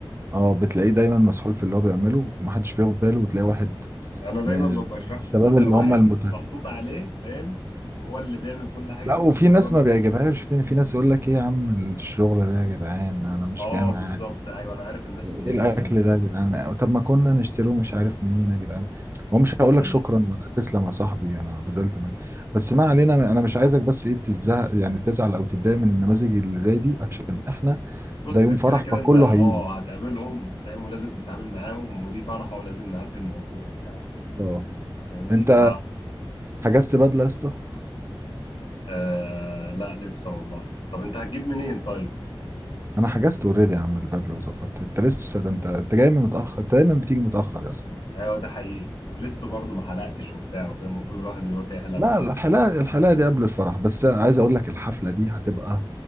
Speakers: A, on the right; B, on the left.
A: اه بتلاقيه دايما مسحول في اللي هو بيعمله ومحدش بياخد باله وتلاقي واحد
B: انا دايما
A: من
B: ببقى الشخص
A: الشباب
B: ده ده
A: اللي
B: واحد
A: هم المتهم
B: محطوط عليه فاهم؟ وهو اللي بيعمل كل حاجة
A: لا
B: في
A: وفي
B: موضوع
A: ناس ما بيعجبهاش في في ناس يقول لك ايه يا عم الشغل ده يا جدعان انا مش
B: اه
A: جاي معايا
B: بالظبط ايوه انا عارف الناس
A: وايه
B: اللي هي
A: الاكل
B: ايه
A: ده يا جدعان طب ما كنا نشتروه مش عارف منين يا جدعان هو مش هقول
B: ده حقيقي
A: لك شكرا ولا تسلم يا صاحبي انا بذلت مجهود بس ما علينا انا مش عايزك بس ايه تزهق يعني تزعل او تتضايق من النماذج اللي زي دي عشان احنا
B: بص
A: ده يوم
B: كده
A: فرح فكله
B: كده انت اه
A: هيجي
B: هتقابلهم فاهم ولازم تتعامل معاهم ودي فرحة ولازم نعدي الموضوع بتاعه
A: اه
B: فاهمني
A: انت
B: ف
A: حجزت بدله يا اسطى
B: آه لا لسه والله طب انت هتجيب منين طيب
A: انا حجزت اوريدي يا عم البدله وظبطت انت لسه ده انت انت جاي من متاخر انت دايما بتيجي متاخر يا اسطى
B: ايوه ده حقيقي ولسه برضه ما حلقتش وبتاع وكده المفروض الواحد يروح يحلق
A: لا
B: ويظبط
A: الحلاقه الحلاقه دي قبل الفرح بس عايز اقول لك الحفله دي هتبقى